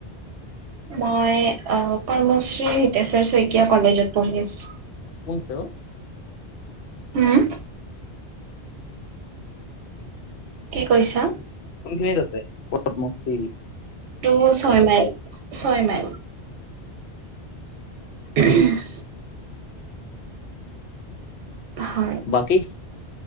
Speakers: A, on the right; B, on the left.
A: মই আহ কৰ্মশ্ৰী হিতেশ্বৰ শইকীয়া কলেজত পঢ়ি আছো।
B: কোনটো?
A: হোম্? কি কৈছা?
B: কোনখিনিত আছে পদ মচি।
A: টো ছয় মাইল ছয় মাইল। <unintelligible> হয়
B: বাকী